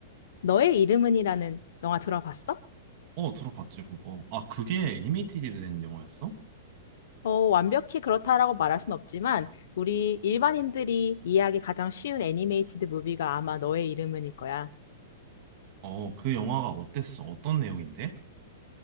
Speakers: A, on the left; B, on the right.
A: 너의 이름은이라는 영화 들어봤어?
B: 어, 들어봤지, 그거. 아, 그게 애니메이티드 된 영화였어?
A: 어, 완벽히 그렇다라고 말할 순 없지만 우리 일반인들이 이해하기 가장 쉬운 애니메이티드 무비가 아마 너의 이름은일 거야.
B: 어, 그 영화가 어땠어? 어떤 내용인데?